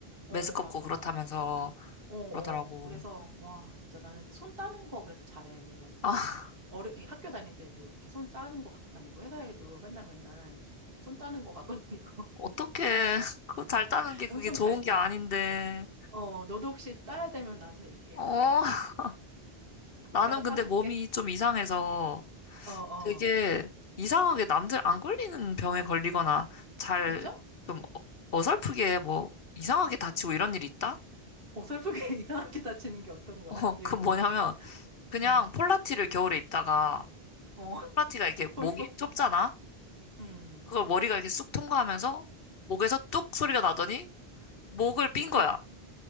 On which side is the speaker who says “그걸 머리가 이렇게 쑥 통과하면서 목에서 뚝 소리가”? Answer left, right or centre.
Left